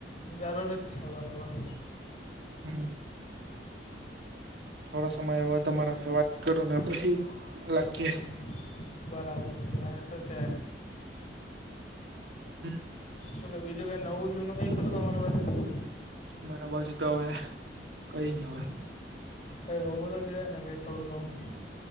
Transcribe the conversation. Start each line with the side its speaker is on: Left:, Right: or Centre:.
Left: જરૂર જ છે બરાબર
Right: હમ થોડા સમય એવા તમારા સાથે વાત કરો ને પછી લાગીએ
Left: હમ બરાબર છે એ તો છે
Right: હ <unintelligible>
Left: તો કે બીજું કં નવું જૂનું કંઈકું તમારા પાસેે
Right: મારા બાજુ તો હવે કઈ નઈ હવે
Left: કઈ હોવું તો જ ને કઈ થોડું ઘમું